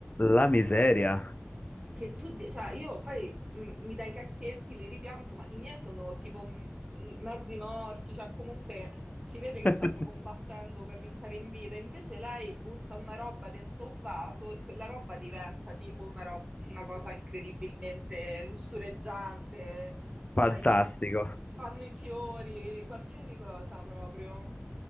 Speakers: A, on the left; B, on the right.
A: La miseria.
B: che tu, di- cioè io poi mh, mi dai i cacchietti, li ripianto, ma i miei sono tipo mh, mh, mezzi morti, cioè comunque si vede che
A: <laughs>
B: stanno combattendo per restare in vita. Invece lei butta una roba dentro un vaso e quella roba diventa tipo una, rob- una cosa incredibilmente lussureggiante,
A: Fantastico.
B: cioè gli nas- fanno i fiori, qualsiasi cosa proprio.